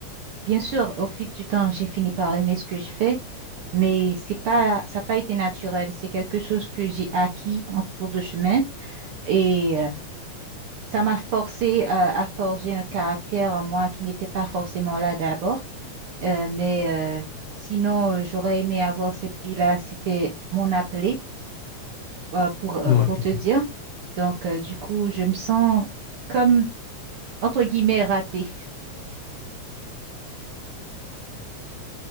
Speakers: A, on the right; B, on the left.
A: bien sûr, au fil du temps, j'ai fini par aimer ce que je fais, mais c'est pas, ça n'a pas été naturel, c'est quelque chose que j'ai acquis en cours de chemin et euh, ça m'a forcé à, à forger un caractère en moi qui n'était pas forcément là d'abord, Euh, mais euh, sinon, euh, j'aurais aimé avoir cette vie-là, c'était mon appelé. euh, pour, euh,
B: Oui,
A: pour
B: je
A: te
B: comprends.
A: dire. Donc, euh, du coup, je me sens comme, entre guillemets, ratée.